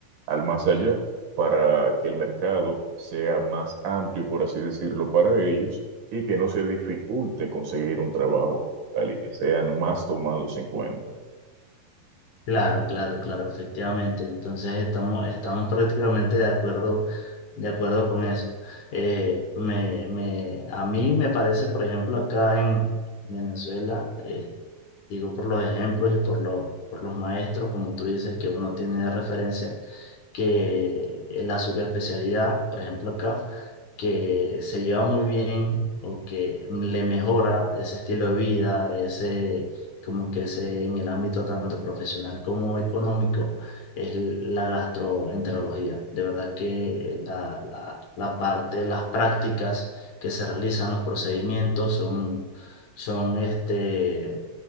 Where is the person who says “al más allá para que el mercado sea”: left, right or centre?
Right